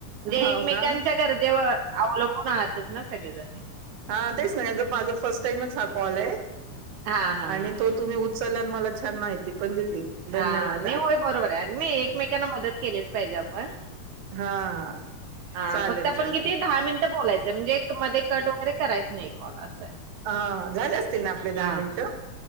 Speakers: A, on the right; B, on the right.
A: जे
B: हो
A: एकमेकांच्या
B: का
A: गरजेवर अवलंबून आहातच ना सगळेजण.
B: हा तेच ना माझा फर्स्ट टाइमच हा कॉल आहे.
A: हा हा
B: आणि
A: हा
B: तो तुम्ही उचललान मला. छान माहिती पण दिली धन्यवाद
A: हा नाही होय बरोबर आहे नाही एकमेकांना मदत केलीच पाहिजे आपण
B: हा हा
A: हा
B: चालेल
A: फक्त आपण
B: चालेल
A: किती दहा मिनट बोलायचं म्हणजे मध्ये कट वगैरे करायच नाही कॉल असंय
B: हा झाले असतील ना आपले
A: हा
B: दहा मिनिटं